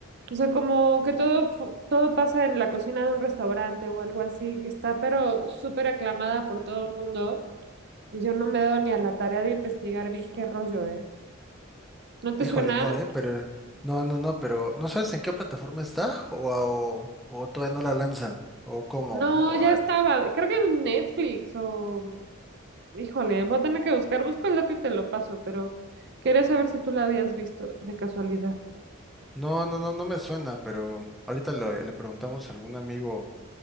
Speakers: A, on the right; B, in the centre.
A: O sea, como que todo, fu- todo pasa en la cocina de un restaurante o algo así, que está pero súper aclamada por todo el mundo. Y yo no me he dado ni a la tarea de investigar bien qué rollo, ¿eh? ¿No te
B: Híjole,
A: suena?
B: no, eh, pero no, no, no, pero ¿no sabes en qué plataforma está? O, o, o todavía no la lanzan, o cómo.
A: No,
B: o
A: ya
B: a-
A: estaba. Creo que en Netflix o... Híjole, voy a tener que buscar, busco el dato y te lo paso, pero quería saber si tú la habías visto de casualidad.
B: no, no, no, no me suena, pero ahorita lo- le preguntamos a algún amigo,